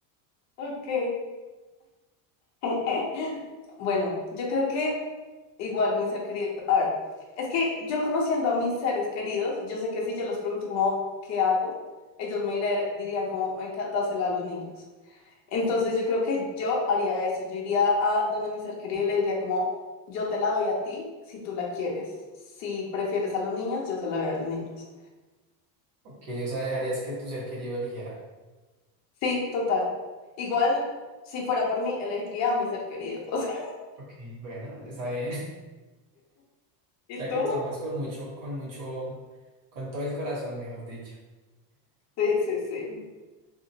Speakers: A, on the left; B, on the right.
A: Ok. <laughs> Bueno, yo creo que igual mi ser querido. A ver, es que yo conociendo a mis seres queridos, yo sé que si yo les pregunto como, ¿qué hago? Ellos me diré- dirían como, "Marica, dásela a los niños. Entonces yo creo que yo haría eso. Yo iría a donde mi ser querido y le diría como, yo te la doy a ti si tú la quieres. Si prefieres a los niños, yo se la doy a los niños.
B: Ok, o sea, dejarías que tu ser querido eligiera.
A: Sí, total. Igual, si fuera por mí, elegiría a mi ser querido. <laughs> O sea,
B: Ok, bueno, está bien.
A: ¿y
B: sea
A: tú?
B: que tú amas con mucho, con mucho, con todo el corazón, mejor dicho.
A: Sí, sí, sí.